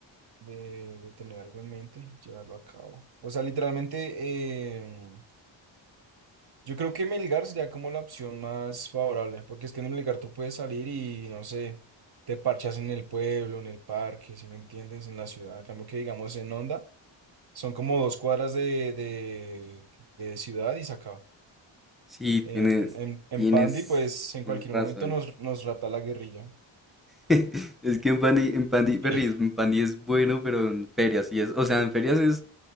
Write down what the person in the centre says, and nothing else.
Sí, tienes,
tienes,
tienes
razón.
<laughs> Es que en Pandi, en Pandi, Berry,
en Pandi es bueno, pero en ferias sí es, o sea, en ferias es